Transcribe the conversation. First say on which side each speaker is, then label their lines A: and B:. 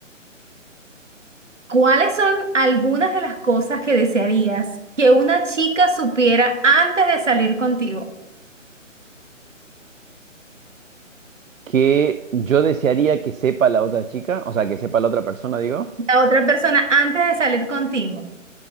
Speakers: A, on the right; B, on the right.
A: ¿Cuáles son algunas de las cosas que desearías que una chica supiera antes de salir contigo?
B: ¿Qué yo desearía que sepa la otra chica? O sea, que sepa la otra persona, digo.
A: La otra persona antes de salir contigo.